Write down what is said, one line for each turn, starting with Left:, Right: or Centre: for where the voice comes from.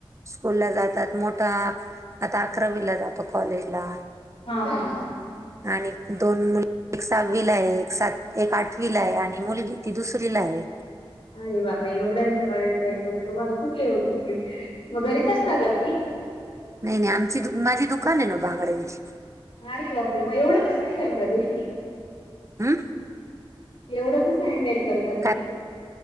Right: स्कूल ला जातात मोठा आता अकरावीला जातो. कॉलेजला.
Left: हा हा हा..
Right: आणि दोन मुल एक सहावीला आहे. एक सात एक आठवीला आहे. आणि मुलगी ती दुसरी ला आहे.
Left: अरे बापरे एवढ्यांच करेपर्यंत तर तुम्हाला खूप हे होत असेल मग घरीच असता का तुम्ही?
Right: नाही नाही आमची दु माझी दुकान आहे ना बांगड्यांची.
Left: अरे बापरे म एवढं कस काय करता तुम्ही?
Right: हा..
Left: एवढं कसं हँडल करता
Right: काय
Left: तुम्ही.